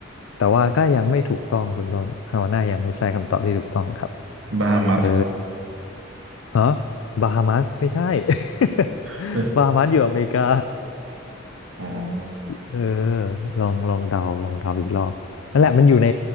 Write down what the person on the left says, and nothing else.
แต่ว่าก็ยังไม่ถูกต้องคุณต้นฮาวาน่ายังไม่ใช่คำตอบที่ถูกต้องครับ
เออฮะบาฮามัสไม่ใช่ <laughs>
บาฮามัสอยู่อเมริกา
เออลองลองเดาลองเดาอีกรอบนั่นแหละมันอยู่ใน